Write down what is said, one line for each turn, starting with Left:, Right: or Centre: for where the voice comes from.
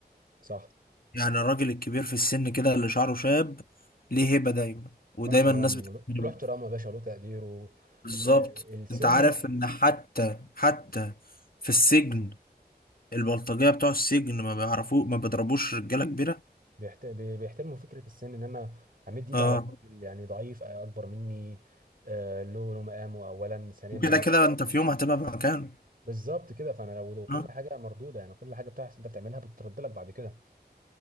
Right: صح
Left: يعني الراجل الكبير في السن كده اللي شعره شاب ليه هيبة دايما ودايما
Right: له احترامه
Left: الناس بتحترمه
Right: وله- له احترامه يا باشا وله تقديره
Left: بالظبط
Right: آه، السن
Left: انت عارف ان حتى حتى في السجن البلطجية بتوع السجن ما بيعرفوه ما بيضربوش رجالة كبيرة
Right: بيحت- بي- بيحترموا فكره السن ان انا امد ايدي
Left: اه
Right: على الراجل يعني ضعيف آه، اكبر مني آه، له له مقامه اولا ثانيا
Left: وكده
Right: هو م-
Left: كده انت في يوم هتبقى في مكانه
Right: بالظبط كده فانا لو لو كل
Left: اه
Right: حاجه مردوده يعني كل حاجه بتحصل انت بتعملها بترد لك بعد كده